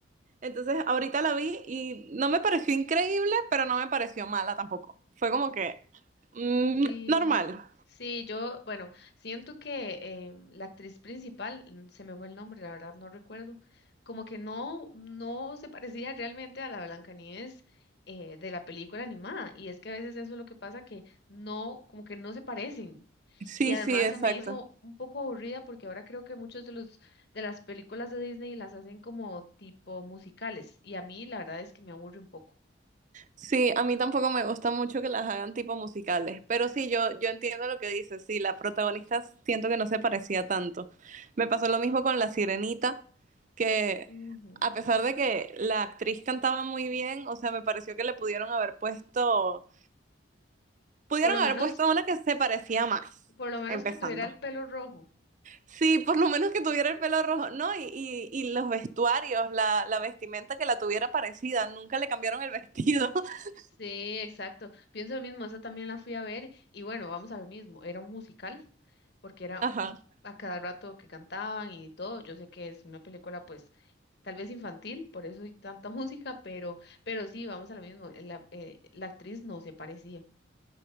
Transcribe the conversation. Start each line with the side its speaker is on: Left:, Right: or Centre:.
Right: Entonces, ahorita la vi y no me pareció increíble, pero no me pareció mala tampoco. Fue como que mm,
Left: Sí,
Right: normal.
Left: sí, yo, bueno, siento que em, la actriz principal, mm, se me fue el nombre, la verdad no recuerdo, como que no, no se parecía realmente a la Blancanieves eh, de la película animada, y es que a veces eso es lo que pasa, que no, como que no se parecen,
Right: Sí,
Left: y además
Right: sí, exacto.
Left: se me Exacto. hizo un poco aburrida porque ahora creo que muchos de los, de las películas de Disney las hacen como tipo musicales, y a mí la verdad es que me aburre un poco,
Right: Sí, a mí tampoco me gusta mucho que las hagan tipo musicales, pero sí, yo, yo entiendo lo que dices. Sí, la protagonista siento que no se parecía tanto. Me pasó lo mismo con La Sirenita, que
Left: Ujú.
Right: a pesar de que la actriz cantaba muy bien, o sea, me pareció que le pudieron haber puesto, pudieron
Left: por lo menos,
Right: haber puesto una que se parecía más,
Left: por lo menos
Right: empezando.
Left: que tuviera el pelo rojo.
Right: Sí, por lo menos que tuviera el pelo rojo, ¿no? Y, y- y los vestuarios, la, la vestimenta que la tuviera parecida, nunca le cambiaron el vestido. <laughs>
Left: Sí, exacto. Pienso lo mismo, esa también la fui a ver y bueno, vamos a lo mismo, era un musical, porque era
Right: Ajá.
Left: a cada rato que cantaban y todo. Yo sé que es una película pues tal vez infantil, por eso hay tanta <laughs> música, pero pero sí, vamos a lo mismo, eh, la, eh, la actriz no se parecía.